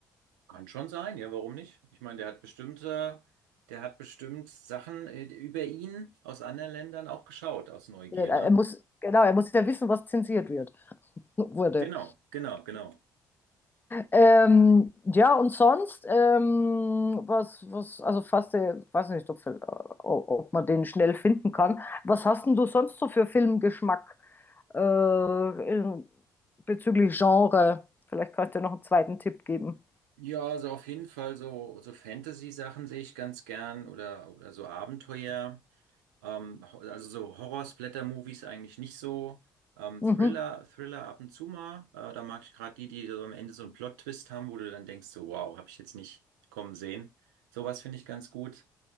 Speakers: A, on the right (about 75°); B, on the left (about 20°).
A: Kann schon sein, ja, warum nicht? Ich meine, der hat bestimmte, der hat bestimmt Sachen äh, über ihn aus anderen Ländern auch geschaut, aus Neugier,
B: Er
A: ne?
B: muss, genau, er muss ja wissen, was zensiert wird, wurde.
A: Genau, genau, genau.
B: Ähm, ja, und sonst, ähm, was, was, also fast, äh, weiß nicht, ob, ob, man den schnell finden kann. Was hast denn du sonst so für Filmgeschmack äh, in, bezüglich Genre? Vielleicht kannst du dir noch einen zweiten Tipp geben.
A: Ja, also auf jeden Fall so, so Fantasy-Sachen sehe ich ganz gern oder, oder so Abenteuer. Ähm, ho- also so Horror-Splatter-Movies eigentlich nicht so. Ähm,
B: Mhm.
A: Thriller, Thriller ab und zu mal. Äh, da mag ich gerade die, die so am Ende so einen Plot-Twist haben, wo du dann denkst, so, wow, habe ich jetzt nicht kommen sehen. Sowas finde ich ganz gut.